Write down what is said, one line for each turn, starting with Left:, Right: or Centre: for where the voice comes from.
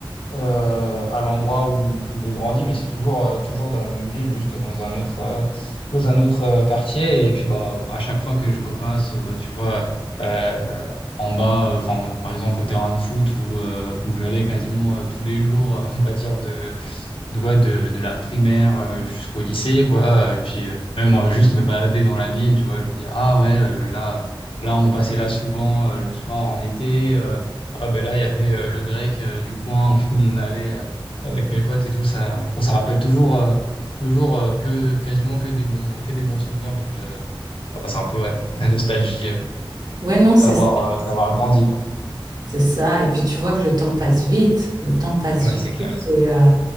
Left: euh, à l'endroit où, où j'ai grandi, mais c'est toujours, euh, toujours dans la même ville, juste dans un autre, euh, dans un autre euh, quartier. Et puis, bah, à chaque fois que je repasse, euh, bah, tu vois, euh, en bas, euh, enfin, par exemple, au terrain de foot où, euh, où j'allais quasiment euh, tous les jours, <laughs> on va dire, de, de ouais, de, de la primaire euh, jusqu'au lycée, quoi. Et puis, euh, même euh, juste me balader dans la ville, tu vois, je me dis, ah ouais, euh, là, là, on passait là souvent euh, le soir en été. euh, ah ben là, il y avait euh, le grec euh, du coin où <laughs> on allait euh, avec mes potes et tout. Ça, enfin, ça rappelle toujours, euh, toujours euh, que quasiment que des bons, que des bons souvenirs. Donc, euh, ouais, c'est un peu, ouais, la nostalgie euh,
Right: Ouais, non, c'est
Left: d'avoir euh, d'avoir grandi, quoi.
Right: c'est ça. Et puis tu vois que le temps passe vite. Le temps passe
Left: Ouais,
Right: vite.
Left: c'est clair.
Right: Et, euh,